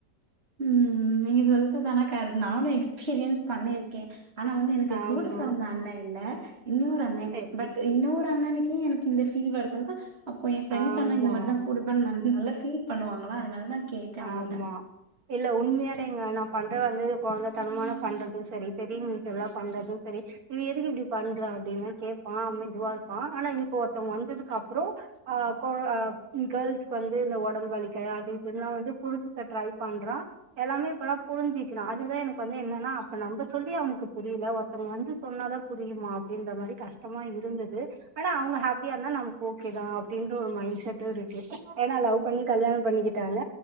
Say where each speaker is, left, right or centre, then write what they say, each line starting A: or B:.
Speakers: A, on the right; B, on the right.
A: ம் நீங்க சொல்றதானாக்கர நானு எக்ஸ்பீரியன் பண்ணிருக்க ஆனா வந்து எனக்கு
B: ஆமா
A: கூட பெறந்த அண்ண இல்ல இன்னொரு அண்ண
B: சரி
A: ச் பட் இன்னொரு அண்ணனுக்கு எனக் இந்த ஃபீல் வரதல்லா அப்போ எ ஃப்ரெண்ட்ஸ்
B: ஆமா
A: அண்ணா இந்த மாரிதா <unintelligible> நல்லா ஃபீல் பண்ணுவாங்களா அதனால நா கேட்டே அவங்கள்ட்ட
B: ஆமா இல்ல உண்மையாலேங்க நா பண்ற வந்து கொழந்த தனமான பண்றது சரி சரின்னு மிச்செல்லா பண்றது சரி நீ எதுக்கு இப்டி பண்ற அப்டின்னு கேப்பா அம்மின் இதுவா இருப்பா ஆனா இப்ப ஒருத்தவங்க வந்ததுக்கப்றோ ஆ கோ அ ம் கேர்ள்ஸ்க் பண்றது இந்த ஒடம்பு வலிக்கு தா <unintelligible> து புருஞ்சுக்க ட்ரை பண்றா எல்லாமே இப்பல்லா புரிஞ்சிக்கிறா அதுதா எனக்கு வந்து என்னன்னா அப்ப நம்ப சொல்லி அவனுக்கு புரில ஒருத் ஒருத்தவங்க வந்து சொன்னாதா புரியுமா அப்டின்ற மாரி கஷ்டமா இருந்து ஆனா அவங்க ஹாப்பியா இருந்தா நமக்கு ஓகே தா அப்டின்ற ஒரு மைண்ட் செட்டு இருக்கு ஏன்னா பண்ணி கல்யாண பண்ணிக்கிட்டாங்க